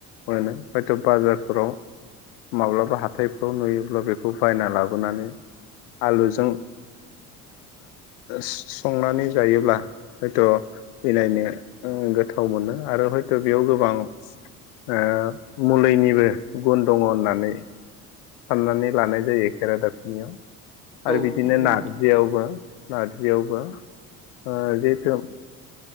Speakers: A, on the left; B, on the right.
A: मोनो हयथ बाजारफोराव माब्लाबा हाथायफ्राव नुयोब्ला बेखौ बायना लाबोनानै आलुजों संनानै जायोब्ला हयथ बेनायनो ओ गोथाव मोनो आरो हय तो बेयाव गोबां ओ मुलिनिबो गुन दङ होननानै साननानै लानाय जायो खेरादाफिनियाव आरो
B: औ
A: बिदिनो
B: नंगौ
A: नारजियावबो
B: नोंथां
A: नारजियावबो ओ जिहेथु